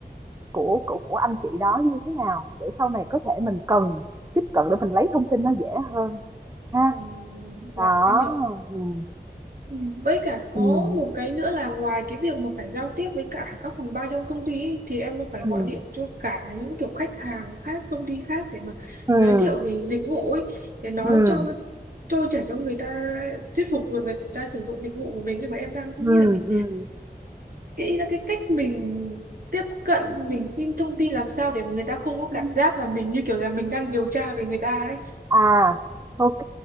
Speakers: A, on the right; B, on the right.
A: của của của anh chị đó như thế nào để sau này có thể mình cần tiếp cận để mình lấy thông tin nó dễ hơn ha.
B: ừ, dạ
A: Đó,
B: em hiểu.
A: ừm,
B: Ừ, Với cả có
A: ừm,
B: một cái nữa là ngoài cái việc mà phải giao tiếp với cả các phòng ban trong công ty ấy, thì em cũng phải gọi
A: ừm,
B: điện cho cả những kiểu khách hàng khác, công ty khác để mà
A: ừm,
B: giới thiệu về dịch vụ ấy để nói
A: ừm,
B: cho trôi chảy cho người ta thuyết phục rồi người ta sử dụng dịch vụ của mình nhưng mà em đang nghĩ
A: ừm,
B: là mình
A: ừm.
B: nghĩ là cái cách mình tiếp cận mình xin thông tin làm sao để người ta không có cảm giác là mình như kiểu là mình đang điều tra về người ta ấy.
A: À, OK,